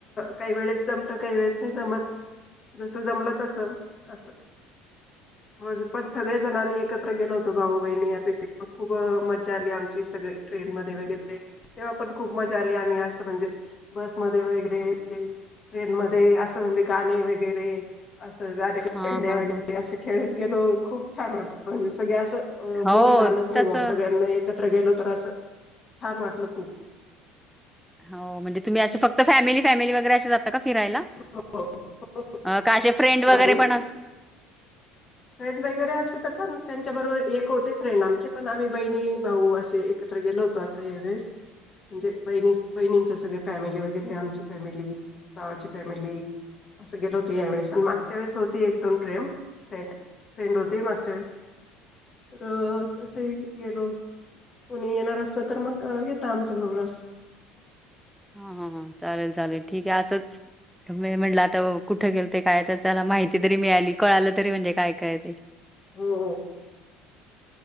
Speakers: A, on the left; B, in the centre.
A: काही वेळेस जमत काही वेळेस नाही जमत. जसं जमलं तस असं हो पण सगळे जण मी एकत्र गेलो होतो भाऊ, बहिणी असे खूप मज्जा आली आमची सगळी ट्रेन मध्ये वगैरे. तेव्हा पण खूप मजा आली आम्ही असं म्हणजे बसमध्ये वगैरे ट्रेनमध्ये असं म्हणजे गाणी वगैरे असं गाण्याच्या
B: हा
A: भेंड्या
B: हा
A: वगैरे
B: हा
A: असं खेळत गेलो खूप छान वाटत म्हणजे सगळ्या असं. अ बोर
B: हो
A: झालंच नाही
B: तसं
A: बा सगळ्यांना एक एकत्र गेलो तर असं छान वाटलं खूप.
B: हो म्हणजे तुम्ही असं फक्त फॅमिली फॅमिली वगैरे अशे जाता. फिरायला
A: हो, हो, हो.
B: का अशें फ्रेंड वगैरे
A: आम्ही
B: पण
A: फ्रेंड वगैरे असते तर का त्यांच्याबरोबर एक होते फ्रेंड आमचे पण आम्ही बहिणी भाऊ असे एकच. गेलो होतो आता यावेेळेस. म्हणजे बहिणी बहिणींच्या सगळ फॅमिली वगैरे आमची फॅमिली भावाची फॅमिली. असं गेलं होतं यावेेळेस आणि मागच्या वेळेस होती एक दोन प फ्रेंड. फ्रेंड होते मागच्या वेळेस तर तसे गेलो. कुणी येणार असत तर मग येतं आमच बरोबर असं.
B: हा हा हा चालेल चालेल ठीक आहे असंच. म्हटलं आता कुठं गेलो काय त्याला माहिती तरी मिळाली कळालं तरी म्हणजे काय काय ते.
A: हो